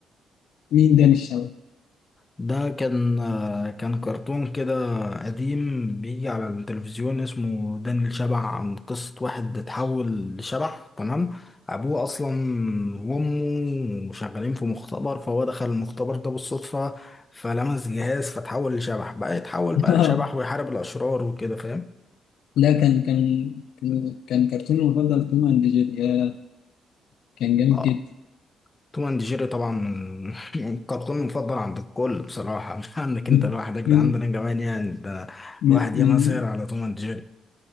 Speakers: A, on the left; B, on the left.
A: مين ده الشباب
B: ده كان آه، كان كرتون كده قديم بيجي على التلفزيون اسمه داني الشبح عن قصة واحد اتحول لشبح تمام أبوه أصلا وأمه شغالين في مختبر فهو دخل المختبر ده بالصدفة فلمس جهاز فتحول لشبح بقى يتحول
A: <laughs>
B: بقى لشبح ويحارب الأشرار وكده فاهم؟
A: لا كان كان كان كرتوني المفضل توم أند جيري يا، كان جامد
B: اه
A: جدا
B: توم اند جيري طبعا من <laughs> الكرتون المفضل عند الكل بصراحة مش عندك
A: <laughs>
B: انت لوحدك ده
A: من
B: عندنا كمان يعني ده
A: من
B: واحد
A: من
B: ياما سهر على توم اند جيري